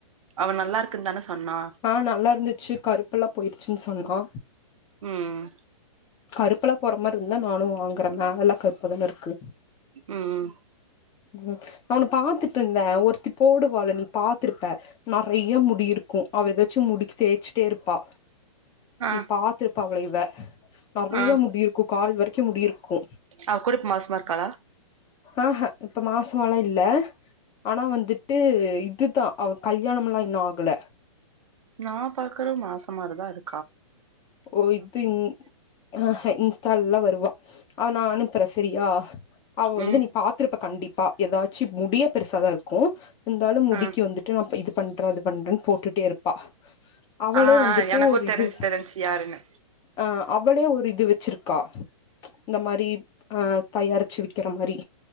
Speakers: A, on the right; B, on the left.
A: அவ நல்லா இருக்குன் தான சொன்னா
B: ஆ நல்லா இருந்துச்சு கருப்புல்லா போயிருச்சுன்னு சொன்னா
A: ம்
B: கருப்ல்லா போற மாரி இருந்தா நானு வாங்குற மேவல்லா கருப்பாதான இருக்கு
A: ம்
B: ம் அவனு பாத்துட்டுருந்தே ஒருத்தி போடுவால நீ பாத்துருப்ப நறைய முடி இருக்கு அவ ஏதாச்சு முடி தேய்ச்சுட்டே இருப்பா
A: ஆ
B: நீ பாத்துருப்ப அவள இவ நறையா
A: ஆ
B: முடி இருக்கு கால் வரைக்கு முடி இருக்கு
A: அவ கூர இப் மாசமா இருக்காளா
B: ஆஹ இப்ப மாசமாலா இல்ல ஆனா வந்துட்டு இதுதா அவ கல்யாணமல்லா இன்னும் ஆகல
A: நா பாக்குற மாச மாரிதா இரு
B: ஓ இதுங் ஆஹ இன்ஸ்டால்லா வருவா அவ நா அனுப்புற செரியா அவ வந்து
A: ம்
B: நீ பாத் ருப்ப கண்டிப்பா ஏதாச்சு முடியே பெருசாதா இருக்கு இருந்தாலு முடிக்கு
A: ம்
B: வந்து ட்ரு நா இது பண்ற அது பண்றேன்னு போட்டுட்டே இருப்பா அவளே
A: ஆ
B: வந்து
A: ஆ
B: ட்டு
A: எனக்கு
B: ஒரு இது
A: தெரிஞ்சு தெரிஞ்சு யாருன்னு
B: ஆ அவளே ஒரு இது வச்சிரு க்கா இந்த மாரி ஆ தயாரிச்சு விக்கிற மாரி